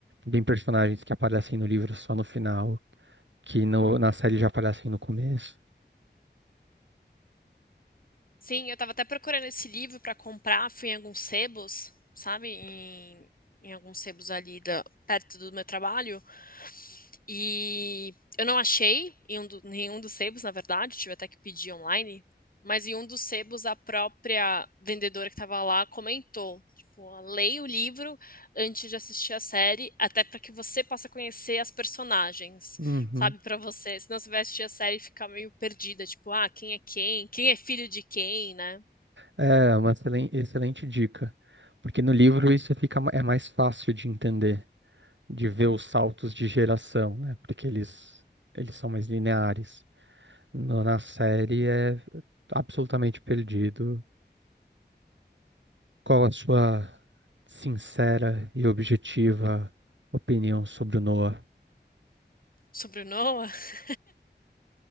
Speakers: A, on the right; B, on the left.
A: Tem personagens que aparecem no livro só no final, que no- na série já aparecem no começo.
B: Sim, eu tava até procurando esse livro pra comprar. Fui em alguns sebos, sabe? Em, em alguns sebos ali da... perto do meu trabalho. E eu não achei em um do- nenhum dos sebos, na verdade, tive até que pedir online, mas em um dos sebos a própria vendedora que estava lá comentou, tipo, ó, leia o livro antes de assistir a série, até para que você possa conhecer as personagens,
A: Uhum.
B: sabe, para você, senão você vai assistir a série e ficar meio perdida, tipo, ah, quem é quem? Quem é filho de quem, né?
A: É uma excelen- excelente dica, porque no livro isso fica ma- é mais fácil de entender, de ver os saltos de geração, né? Porque eles eles são mais lineares. No- na série é absolutamente perdido. Qual a sua sincera e objetiva opinião sobre o Noah?
B: Sobre o Noah? <laughs>